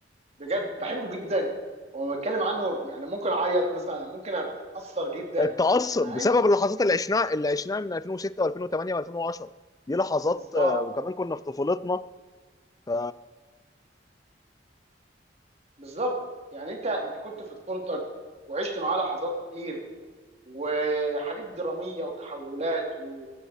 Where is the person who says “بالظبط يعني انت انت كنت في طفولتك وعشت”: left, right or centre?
Right